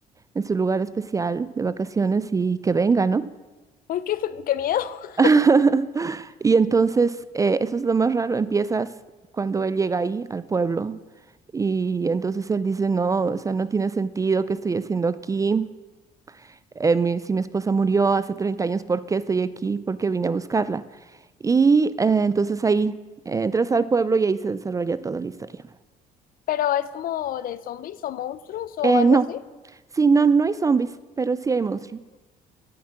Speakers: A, on the right; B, on the left.
A: en su lugar especial de vacaciones y que venga, ¿no?
B: qué, fe- qué miedo. <laughs>
A: <laughs> Y entonces, eh, eso es lo más raro, empiezas cuando él llega ahí al pueblo y entonces él dice, no, o sea, no tiene sentido que estoy haciendo aquí. Eh, mi- si mi esposa murió hace 30 años, ¿por qué estoy aquí? ¿Por qué vine a buscarla? Y eh, entonces ahí eh, entras al pueblo y ahí se desarrolla toda la historia.
B: Pero es como de zombies o monstruos o
A: Eh,
B: algo
A: no,
B: así.
A: sí, no, no hay zombies, pero sí hay monstruos.